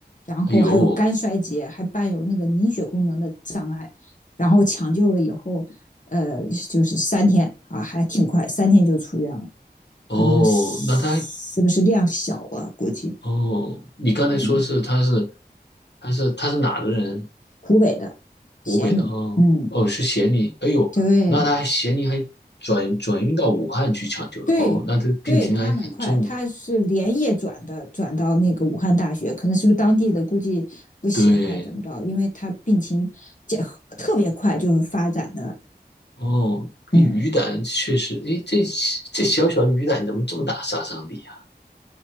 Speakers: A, on the left; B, on the left.
A: 然后还有肝衰竭，
B: 哎呦，
A: 还伴有那个凝血功能的障碍，然后抢救了以后，呃，就是三天啊，还挺快，三天就出院了，
B: 哦，
A: 可能是
B: 那他
A: 不是量小啊？估计，
B: 哦，你刚才说是他是
A: 嗯，
B: 他是他是哪的人？
A: 湖北的，咸宁，
B: 湖北的哦哦，
A: 嗯，
B: 是咸宁，哎呦，
A: 对，
B: 那他还咸宁还转转运到武汉去抢救了哦，
A: 对，
B: 那这病情还很重呢。
A: 对，他很快，他是连夜转的，转到那个武汉大学，可能是不是当地的估计不行还是怎么着，
B: 对，
A: 因为他病情特别快，就是发展的，
B: 哦，跟鱼胆确实，
A: 嗯，
B: 哎，这这小小的鱼胆怎么这么大杀伤力啊？